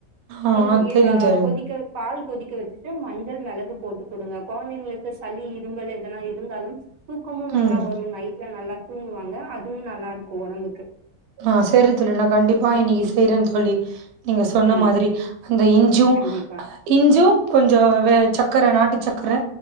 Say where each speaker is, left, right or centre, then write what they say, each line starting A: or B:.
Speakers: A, on the right (about 65°); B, on the right (about 80°).
A: ஆ
B: கொஞ்சம்
A: தெரியும்
B: அஹ்
A: தெரியும்
B: கொதிக்க பால் கொதிக்க வச்சுட்டு மஞ் மெளகு போட்டுக் கொடுங்க கொழந்தைங்களுக்கு சளி இருமல் இதல்லா இருந்தாலும் தூக்கமு நல்லா
A: ம்
B: வரும் நைட்ல நல்லா தூங்குவாங்க அதுவு நல்லா இருக்கு ஒடம்புக்கு
A: ஆஹ் சரி தோழி நா கண்டிப்பா இன்னைக்கு செய்றே தோழி நீங்க சொன்ன
B: ம்
A: மாதிரி அந்த இஞ்சு
B: கண்டிப்பா
A: இஞ்சு கொஞ்சோ வே சக் க்கர நாட்டு சக்கர